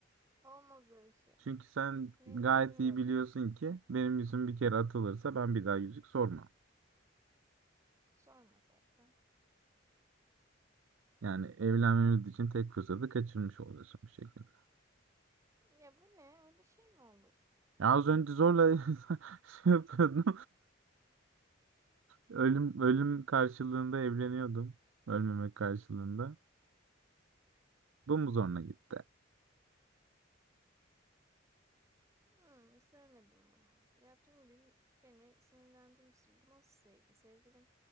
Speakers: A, on the right (about 15°); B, on the right (about 75°).
A: olmaz öyle şey.
B: Çünkü sen
A: Sinirlendirme
B: gayet iyi biliyorsun
A: beni.
B: ki benim yüzüm bir kere atılırsa ben bir daha yüzük sormam.
A: Sorma zaten.
B: Yani evlenmemiz için tek fırsatı kaçırmış oluyorsun bu şekilde.
A: Ya bu ne? Öyle şey mi olur?
B: Ya az önce zorla <laughs> şey yapıyordum. Ölüm ölüm karşılığında evleniyordum. Ölmemek karşılığında. Bu mu zoruna gitti?
A: Hmm, sevmedim bunu. Ya tüm gün beni sinirlendirmişsin. Bu nasıl sevgi sevgilim?